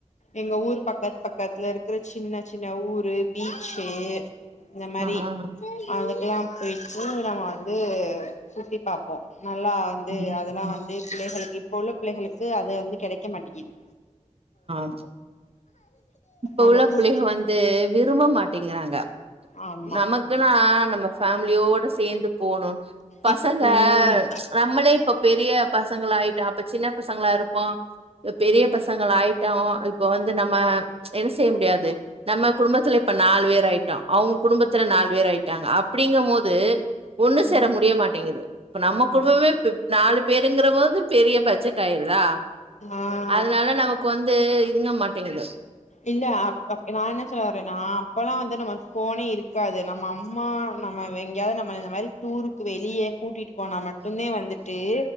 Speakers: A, on the left (about 70°); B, on the right (about 50°).
A: எங்க ஊர் பக்கத் பக்கத்துல இருக்ற சின்ன சின்ன ஊரு பீச்சே இந்த மாரி
B: ஆ
A: அதுக்கெல்லா பேயிச்சி நாங்க வந்து சுத்தி பாப்போ நல்லா வந் து
B: ம்
A: அதெல்லா வந்து பிள்ளைகளுக்கு இப்போ உள்ள பிள்ளைகளுக்கு அத வந்து கிடைக்க மாட்டேங்கிது
B: ஆமா இப்ப
A: அந்த
B: உள்ள
A: கூட்
B: புள்ளைகள் வந்து விரும்ப மாட்டேங்கிறாங்க
A: ஆமா
B: நமக்கு க்குன்னா நம்ம ஃபேமிலியோட சேந்து போணு பசங்க
A: இப் ம்
B: நம்மளே இப்ப பெரிய பசங்களா ஆயிட்டோ அப்ப சின்ன பசங்களா இருப்போ பெரிய
A: ம்
B: பசங்கள் ஆயிட்டோ இப்ப வந்து நம்ம என்ன செய்ய முடியாது நம்ம குடும்பத்ல இப்ப நாலு பேர் ஆயிட்டோ அவங்க குடும்பத்துல
A: ம்
B: நாலு பேர் ஆயிட்டோ அவுங் குடும்பத்தில நாலு பேர் அப்டிங்கும் போது ஒன்னு
A: ம்
B: சேர முடிய மாட்டேங்குது இப்ப நம்ம குடும்பமே
A: ஆமா
B: பெ நாலு பேருங்கற போது பெரிய பட்ஜெட் ஆயிருதா
A: ஆ
B: அதனால நமக் கு வந்து இதுங்க மாட்டேங்கு
A: இல்ல அப்பப் நா என்ன சொல்ல வரேனா அப்போல்லாம் வந்து நம்ம அப்பேலா வந்து போனே இருக்காது நம்ம அம்மா நம்ம எங்கேயாவது நம்ம இந்த மாரி டூருக்கு வெளியே கூட்டிட்டு போனா மட்டுத வந்துட்டது